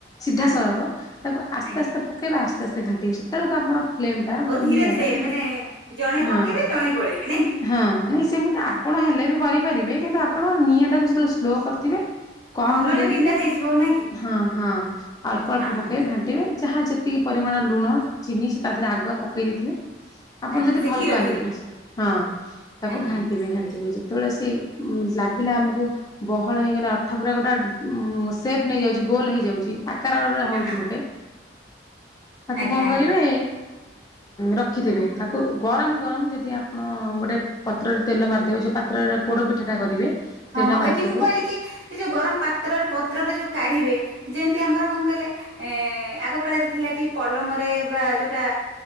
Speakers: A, on the left (about 20°); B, on the right (about 75°).
A: ସିଧା
B: ହଁ
A: ସଳଖ ତାକୁ ଆସ୍ତେ
B: ଆଜ୍ଞା
A: ଆସ୍ତେ ପ ପକେଇବେ ଆସ୍ତେ ଆସ୍ତେ ଘାଣ୍ଟିବି ସେତେବେଳକୁ ଆପଣ ଫ୍ଲେମ୍ ଟା
B: ଓ
A: ଯୋଉ
B: ଧୀରେ
A: ନିଆଁ
B: ଧୀରେ
A: ଟା ଟିକେ
B: ମାନେ ଜଣେ
A: ହଁ,
B: ପକେଇବେ ଜଣେ ଗୋଳେଇବେ ନାଇଁ କି
A: ହଁ ନାଇଁ ସେମିତି
B: ହଁ
A: ଆପଣ ହେଲେ ବି କରିପାରିବେ କିନ୍ତୁ ଆପଣ ନିଆଁଟାକୁ ସେତେବେଳେ ସ୍ଲୋ କରିଥିବେ। କମ୍
B: ହଁ
A: ରେ
B: ନହେଲେ
A: ଦେଇଥିବେ
B: ବିଣ୍ଡା ହେଇଯିବ ନାଇଁ କି
A: ହଁ ହଁ ଅଳ୍ପ
B: ହଁ
A: ଅଳ୍ପ
B: ହଁ
A: ପକେଇ ଘା ପକେଇବେ ଯାହା ଯେତିକି ପରିମାଣ ଲୁଣ, ଚିନି ସେ ତା ଦେହରେ ଆଗୁଆ ପକେଇ ଦେଇଥିବେ। ଆପଣ
B: ଆଜ୍ଞା
A: ଯଦି
B: ସେ
A: ଭଲ
B: କ୍ଷୀର
A: ପାଆନ୍ତି
B: ଦିହରେ
A: ହଁ ତାକୁ
B: ଆଜ୍ଞା
A: ଘାଣ୍ଟିବେ ଘାଣ୍ଟି ଯେତେବେଳେ ଆସି ଲାଗିଲା ଆମକୁ ବହଳ ହେଇଗଲା ଅଠା ପୁରା ଗୋଟେ ଉ ସେପ୍ ନେଇଯାଉଛି ଗୋଲ ହେଇଯାଉଛି। ଆକାରରେ ରହୁଛି
B: ହଁ ହଁ ହଁ
A: ଗୋଟେ ତାକୁ
B: ଆଜ୍ଞା
A: କଣ
B: ଆଜ୍ଞା
A: କରିବେ
B: <unintelligible>
A: ରଖିଦେବେ ତାକୁ ଗରମ ଗରମ ଯଦି ଆପଣ ଗୋଟେ ପତ୍ରରେ ତେଲ ମାରିଦେବେ ପାତ୍ରରେ ପୋଡ଼ ପିଠାଟା କରିବେ
B: ହଁ
A: ତେଲ
B: ହଁ
A: ମାରିଦେବେ
B: ଏଠି ମୁଁ କହିଲି କି? ସେ ଯୋଉ ଗରମ ପାତ୍ରରେ ପତ୍ରରେ ଯୋଉ କାଢିବେ ଯେମିତି ଆମର କଣ କହିଲେ? ଏ ଆଗ କାଳରେ ଥିଲା କି ପଲମରେ ବା ଯୋଉଟା